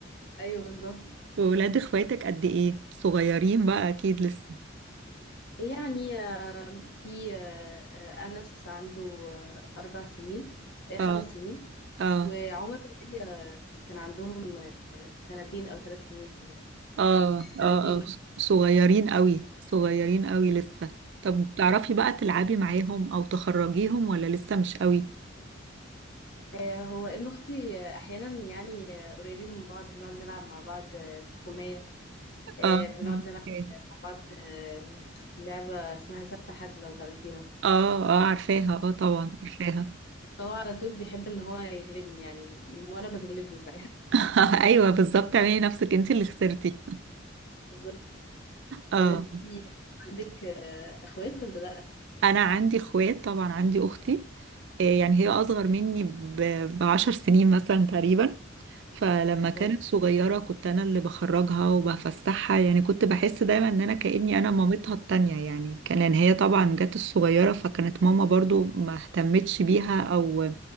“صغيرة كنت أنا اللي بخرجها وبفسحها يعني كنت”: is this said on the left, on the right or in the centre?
Right